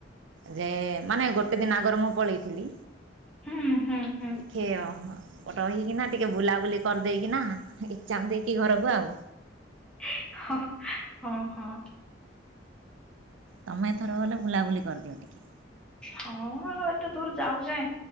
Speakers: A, on the right (about 80°); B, in the centre.
A: ଯେ ମାନେ ଗୋଟେ ଦିନ ଆଗରୁ ମୁଁ ପଳେଇଥିଲି
B: ହୁଁ ହୁଁ ହୁଁ
A: ଟିଖେ ରହିକିନା ଟିକେ ବୁଲାବୁଲି କରିଦେଇକିନା ଏକ୍ ଜାମ୍ ଦେଇକି ଘରକୁ ଆଉ।
B: ହ ହଁ ହଁ ହ ହ।
A: ତମେ ଏଥର ଗଲେ ବୁଲାବୁଲି କରିଦିଅ ଟିକେ।
B: ହଁ ଆଉ ଏତେ ଦୂର୍ ଯାଉଚେ